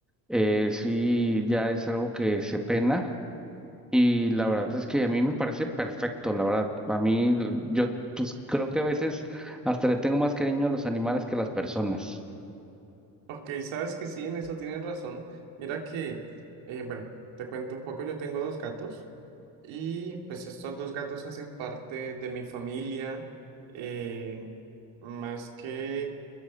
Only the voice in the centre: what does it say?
eh, sí, ya es algo que se pena. Y la verdad es que a mí me parece perfecto, la verdad. A mí, yo pues creo que a veces hasta le tengo más cariño a los animales que a las personas.